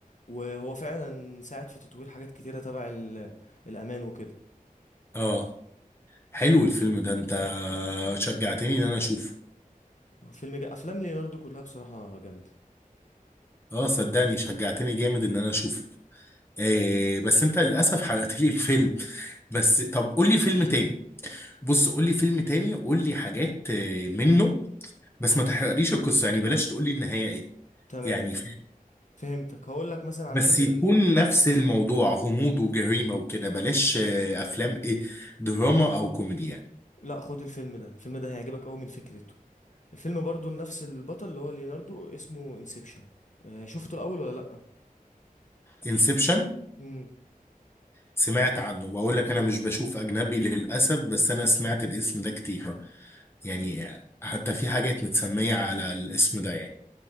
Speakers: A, on the left; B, on the left.
A: وهو فعلا ساعد في تطوير حاجات كتيره تبع ال- الامان وكده
B: اه حلو الفيلم ده انت شجعتني ان انا اشوفه
A: فيلم جا... افلام ليوناردو كلها بصراحه جامده
B: اه صدقني شجعتني جامد ان انا اشوفه آه بس انت للاسف حرقت لي الفيلم بس طب قول لي فيلم تاني بص قول لي فيلم تاني قول لي حاجات آه، منه بس ما تحرقليش القصه يعني بلاش تقول لي النهايه ايه
A: تمام
B: يعني
A: فهمتك هقول لك مثلا على
B: بس
A: فيلم
B: يكون
A: ال-
B: نفس الموضوع غموض وجريمة وكده بلاش آه، أفلام إيه دراما أو كوميدي يعني
A: لا خد الفيلم ده الفيلم ده هيعجبك قوي من فكرته الفيلم برضو لنفس البطل اللي هو ليوناردو اسمه انسبشن شفته الاول ولا لا
B: انسبشن
A: امم
B: سمعت عنه بقول لك أنا مش بشوف أجنبي للأسف بس أنا سمعت الاسم ده كتير يعني آه، حتى في حاجات متسمية على الاسم ده يعني